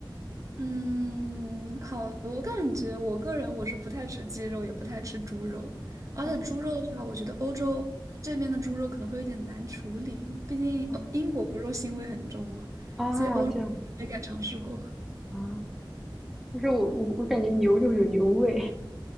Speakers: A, on the right; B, in the centre.
A: 嗯，好，我感觉我个人我是不太吃鸡肉，也不太吃猪肉，而且猪肉的话，
B: 哦
A: 我觉得欧洲这边的猪肉可能会有点难处理，毕竟呃英国不是说腥味很重嘛，
B: 啊啊，
A: 所以欧洲这边没敢尝试过。
B: 这样啊，但是我我我感觉牛肉有牛味